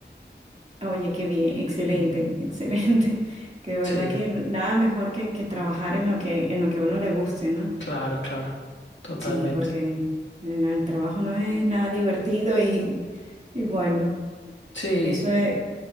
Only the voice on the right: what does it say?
oye, qué bien, excelente,
<laughs> excelente. Que de verdad
que nada mejor que, que trabajar en lo que, en lo que a uno le guste, ¿no?
Sí, porque en el trabajo no es nada divertido y, y bueno,
eso es,